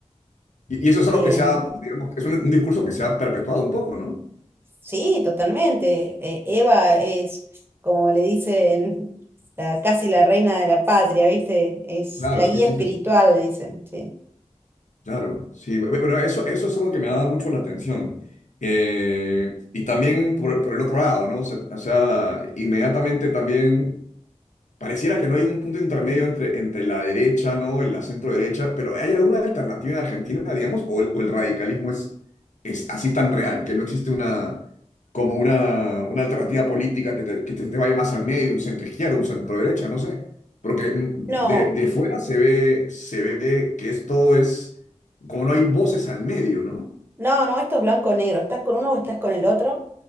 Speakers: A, on the left; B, on the right.
A: Y, y eso es algo
B: Em,
A: que se ha, digamos, es un, un discurso que se ha perpetuado un poco, ¿no?
B: sí, totalmente. Eh, Eva es, como le dicen, <laughs> la, casi la reina de la patria, ¿viste? Es
A: Claro,
B: la
A: sí,
B: guía
A: sí,
B: espiritual,
A: sí, sí.
B: le dicen, sí.
A: Claro, sí. bu- Bueno, eso, eso es algo que me ha dado mucho la atención. Eh, y también por, por el otro lado, ¿no? O sea, o sea, inmediatamente también. Pareciera que no hay un punto intermedio entre, entre la derecha, ¿no? En la centro derecha, pero ¿hay alguna alternativa en Argentina, digamos? ¿O el, o el radicalismo es, es así tan real, que no existe una, como una, una alternativa política que te, que te, te vaya más al medio, un centro izquierdo, un centro derecha, no sé? Porque mm,
B: No,
A: de, de fuera se ve, se ve que esto es, como no hay voces al medio, ¿no?
B: no, no, esto es blanco o negro. ¿Estás con uno o estás con el otro?